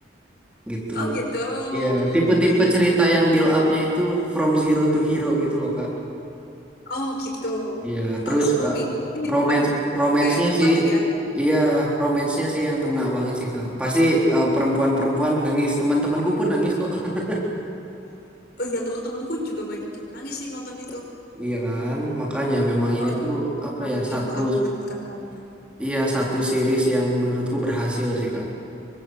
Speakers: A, in the centre; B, on the left.
A: gitu.
B: Oh gitu.
A: Iya, tipe-tipe
B: Hmm.
A: cerita yang build up-nya itu from zero to hero gitu loh, Kak.
B: Oh gitu.
A: Iya, terus
B: Wah seru
A: eh,
B: nih. Ini di
A: romance
B: depan
A: romance-nya
B: kayak
A: sih
B: live ya.
A: iya, romance-nya sih yang kena banget sih, Kak. Pasti eh, perempuan-perempuan nangis, teman-temanku pun nangis kok. <laughs>
B: Oh iya teman-temanku juga banyak yang nangis sih nonton itu.
A: Iya kan? Makanya memang
B: Soalnya
A: ini tuh
B: menyentuh
A: apa
B: hati
A: ya? Satu
B: banget katanya.
A: iya, satu series yang menurutku berhasil sih, Kak.